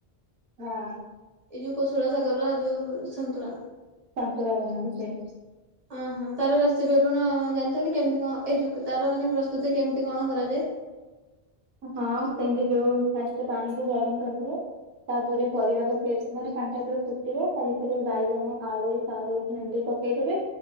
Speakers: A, on the right; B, on the right.
A: ହଁ।
B: ଏଇ ଯୋଉ କୋଶଳ ସାଗରର ଯୋଉ ସନ୍ତୁଳା
A: ସନ୍ତୁଳା ବନାନ୍ତି ସେଟା।
B: ଓହୋ ତାର ରେସିପି ଆପଣ ଜାଣିଛନ୍ତି କେମିତି କଣ ଏଇ ଯଉ ତାର ମାନେ ପ୍ରସ୍ତୁତି କେମିତି କଣ କରାଯାଏ?
A: ହଁ ସେମିତି ଯୋଉ ଫାଷ୍ଟ ପାଣି କୁ ଗରମ କରିଦେବେ ତାପରେ ପରିବା ପକାଇବେ ମାନେ ପାଣି ଟା ଯେତେବେଳେ ଫୁଟିବ ତା ଭିତରେ ବାଇଗଣ ଆଳୁ ସାରୁ ଭେଣ୍ଡି ପକ୍ ପକାଇଦେବେ